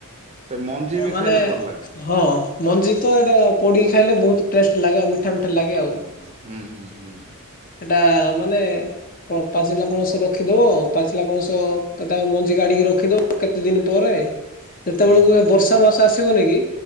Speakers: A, on the right; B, on the left.
A: ସେ ମଞ୍ଜି ବି
B: ମାନେ
A: ଖାଇଲେ ଭଲ ଲାଗେ।
B: ହଁ। ମଞ୍ଜି ତ ଏଇଟା ପୋଡ଼ିି ଖାଇଲେ ବହୁତ ଟେଷ୍ଟ ଲାଗେ ଆଉ ମିଠା ମିଠା ଲାଗେ
A: ହୁଁ
B: ଆଉ।
A: ହୁଁ ହୁଁ ହୁଁ।
B: ସେଟା ମାନେ ପାଚିଲା ପଣସ ରଖିଦବ ପାଚିଲା ପଣସ କେତେଳେ ମଞ୍ଜି କାଢିକି ରଖିଦବ। କେତେ ଦିନ ପରେ ଯେତେବେଳକୁ
A: ହୁଁ
B: ବର୍ଷା ମାସ ଆସିବନି କି,